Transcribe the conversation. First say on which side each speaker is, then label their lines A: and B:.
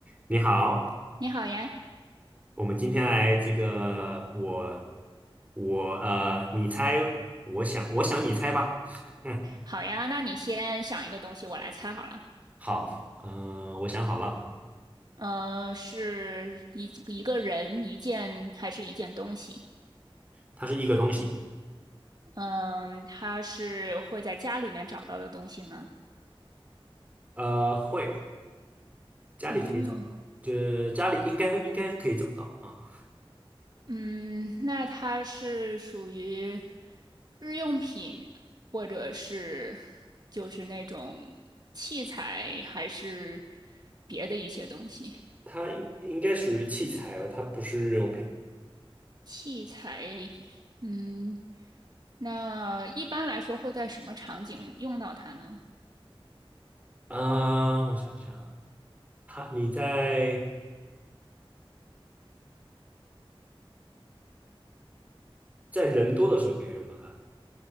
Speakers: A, on the right; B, on the right.
A: 你好，
B: 你好呀，
A: 我们今天来这个我我呃，你猜，我想我想你猜吧。<laughs>
B: 好呀，那你先想一个东西，我来猜好了。
A: 好，嗯、我想好了，
B: 呃，是一一个人、一件还是一件东西？
A: 它是一个东西，
B: 嗯、它是会在家里面找到的东西吗？
A: 呃，会家里可以找到，
B: 嗯
A: 就家里应该应该可以找到啊。
B: 嗯，那它是属于日用品，或者是就是那种器材，还是别的一些东西？
A: 它应该属于器材哦，它不是日用品。
B: 器材，嗯，那一般来说会在什么场景用到它呢？
A: 啊。我想想啊它你在在人多的时候可以用到它，